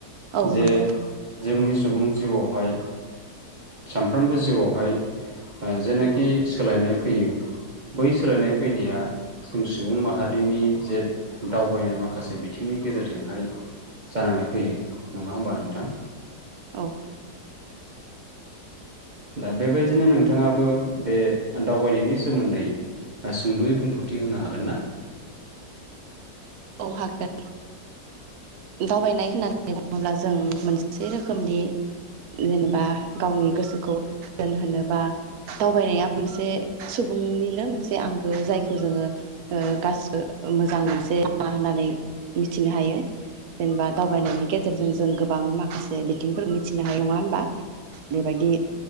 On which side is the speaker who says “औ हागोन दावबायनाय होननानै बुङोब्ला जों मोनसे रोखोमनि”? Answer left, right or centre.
Right